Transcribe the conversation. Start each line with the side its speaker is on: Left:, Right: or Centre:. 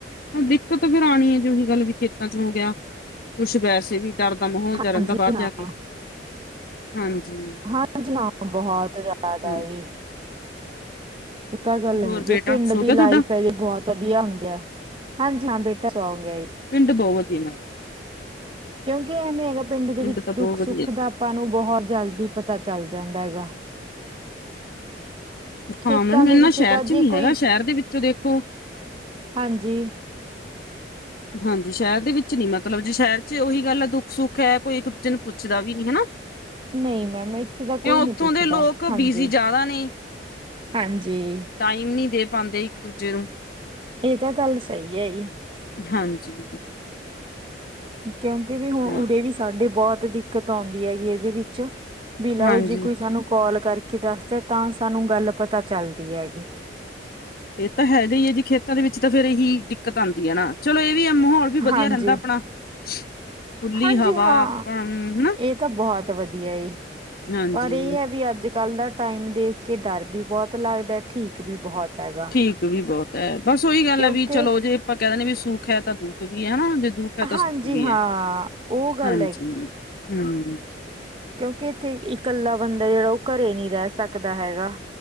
Left: ਹ ਦਿਕਤ ਫਿਰ ਆਉਣੀ ਹੈ। ਜੇ ਉਹੀ ਗੱਲ ਵੀ ਖੇਤਾ 'ਚ ਹੋ ਗਿਆ ਕੁਛ ਵੈਸੇ ਵੀ- ਡਰ ਦਾ ਮਾਹੌਲ
Right: ਹਾਂਜੀ
Left: ਜਾ ਰਹਿਦਾ ਬਾਹਰ
Right: ਹਾਂ,
Left: ਜਾ ਕੇ ਹਾਂਜੀ
Right: ਹਾਂਜੀ ਹਾਂ ਬਹੁਤ ਜ਼ਿਆਦਾ ਗਾਈ
Left: ਹਾਂ
Right: ਇਹ ਤਾਂ ਗੱਲ
Left: ਹੋਰ
Right: ਹੈਗੀ
Left: ਬੇਟਾ
Right: ਹੈ। ਪਿੰਡ
Left: ਸੋ
Right: ਦੀ
Left: ਗਿਆ
Right: ਲਾਈਫ
Left: ਤੁਹਾਡਾ
Right: ਹੈ ਜੀ ਬਹੁਤ- ਵਧੀਆ ਹੁੰਦੀ ਹੈ ਹਾਂਜੀ ਹਾਂ ਬੇਟਾ ਸੋ ਗਿਆ ਜੀ
Left: ਪਿੰਡ ਬਹੁਤ ਵਧੀਆ ਮੈਮ
Right: ਕਿਉਕਿ ਐਵੇ ਹੈਗਾ ਪਿੰਡ ਦੇ ਵਿਚ
Left: ਤਾਂ ਬਹੁਤ
Right: ਦੁਖ
Left: ਵਧੀਆ
Right: ਸੁਖ ਦਾ- ਆਪਾ ਨੂੰ ਬਹੁਤ ਜਲਦੀ ਪਤਾ ਚਲ ਜਾਦਾ ਹੈਗਾ। ਖੇਤਾਂ
Left: ਹਾਂ ਮੈਡਮ
Right: ਦੇ
Left: ਇਨਾ
Right: ਵਿੱਚ
Left: ਸ਼ਹਿਰ
Right: ਤਾਂ
Left: 'ਚ
Right: ਜੇ
Left: ਨੀ
Right: ਕੋਈ
Left: ਹੈਗਾ ਸ਼ਹਿਰ ਦੇ ਵਿਚੋ ਦੇਖੋ-
Right: ਹਾਂਜੀ-
Left: ਹਾਂਜੀ ਸ਼ਹਿਰ ਦੇ ਵਿਚ ਨੀ ਮਤਲਬ ਜੇ ਸ਼ਹਿਰ 'ਚ ਉਹੀ ਗੱਲ ਹੈ। ਦੁਖ ਸੁਖ ਹੈ। ਕੋਈ ਇਕ ਦੂਜੇ ਨੂੰ ਪੁੱਛਦਾ ਵੀ ਨੀ ਹਨਾ-
Right: ਨਹੀਂ ਮੈਮ ਇਥੇ ਤਾਂ
Left: ਕਿਉਂ
Right: ਕੋਈ
Left: ਉੱਥੋਂ
Right: ਨੀ ਪੁੱਛਦਾ
Left: ਦੇ ਲੋਕ
Right: ਹਾਂਜੀ-
Left: ਬਿਜ਼ੀ ਜ਼ਿਆਦਾ ਨੇ
Right: ਹਾਂਜੀ-
Left: ਟਾਈਮ ਨੀ ਦੇ ਪਾਦੇ ਇਕ ਦੂਜੇ ਨੂੰ-
Right: ਇਹ ਤਾਂ ਗੱਲ ਸਹੀ ਹੈ ਜੀ
Left: ਹਾਂਜੀ-
Right: ਕਿਉਕਿ ਵੀ ਹੁਣ
Left: ਹਾਂ,
Right: ਉਰੇ ਵੀ ਸਾਡੇ ਬਹੁਤ ਦਿਕਤ ਆਉਦੀ ਹੈਗੀ ਇਹਦੇ ਵਿਚ- ਵੀ ਲਓ
Left: ਹਾਂਜੀ
Right: ਜੀ ਕੋਈ ਸਾਨੂੰ ਕਾਲ ਕਰਕੇ ਦਸਦਾ ਤਾਂ ਸਾਨੂੰ ਗੱਲ ਪਤਾ ਚਲਦੀ ਹੈਗੀ।
Left: ਇਹ ਤਾਂ ਹੈਗਾ ਹੀ ਹੈ ਜੀ ਖੇਤਾ ਦੇ ਵਿਚ ਤਾਂ ਫੇਰ ਇਹੀ ਦਿਕਤ ਆਉਦੀ ਹੈ ਨਾ ਚਲੋ ਇਹ ਵੀ ਆ ਮਾਹੌਲ- ਵੀ ਵਧੀਆ
Right: ਹਾਂਜੀ,
Left: ਰਹਿਦਾ ਆਪਣਾ ਖੁਲੀ
Right: ਹਾਂਜੀ
Left: ਹਵਾ
Right: ਹਾਂ
Left: ਆਪਾਂ ਨੂੰ ਹਨਾ।
Right: ਇਹ ਤਾਂ ਬਹੁਤ ਵਧੀਆ ਜੀ
Left: ਹਾਂਜੀ
Right: ਪਰ ਇਹ ਹੈ ਵੀ ਅਜ- ਕਲ ਦਾ- ਟਾਈਮ ਦੇਖ ਕੇ ਡਰ ਵੀ ਬਹੁਤ ਲਗਦਾ ਠੀਕ ਵੀ ਬਹੁਤ- ਹੈਗਾ
Left: ਠੀਕ ਵੀ ਬਹੁਤ ਹੈ। ਬਸ ਉਹੀ ਗੱਲ
Right: ਕਿਉਂਕਿ
Left: ਹੈ। ਵੀ ਚਲੋ ਜੇ ਆਪਾ ਕਹਿ ਦਿੰਨੇ ਵੀ ਸੁਖ ਹੈ। ਤਾਂ ਦੁਖ ਵੀ ਹੈ। ਹਨਾ ਜੇ ਦੁਖ- ਤਾਂ
Right: ਹਾਂਜੀ
Left: ਸੁਖ ਵੀ
Right: ਹਾਂ
Left: ਹੈ।
Right: ਉਹ ਗੱਲ
Left: ਹਾਂਜੀ! ਹੂੰ -
Right: ਕਿਉਕਿ ਇਥੇ ਇਕਲਾ ਬੰਦਾ ਜਿਹੜਾ ਉਹ ਘਰੇ ਨਹੀ ਰਹਿ ਸਕਦਾ ਹੈਗਾ।